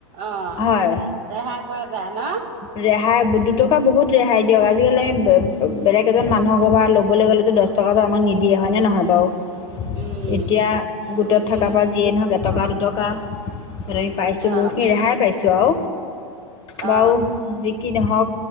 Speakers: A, on the right; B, on the left.
A: অ
B: হয়
A: ৰেহাই পোৱা যায় ন
B: ৰেহাই দুটকা বহুত ৰেহাই দিয়ক আজিকালি বে বে বেলেগ কেইজন মানুহক ঘৰ পা লবলৈ গ'লেতো দহ টকাটো আমাক নিদিয়ে হয় নে নহয় বাৰু?
A: উম
B: এতিয়া গোটত
A: নিদিয়ে
B: থাকা পা যিয়েই নহক এটকা দুটকা- তেনেকে পাইছোঁ
A: অ
B: বহুতখিনি ৰেহাই পাইছোঁ আও‌ বাও
A: অ অ
B: যি- কি নহওক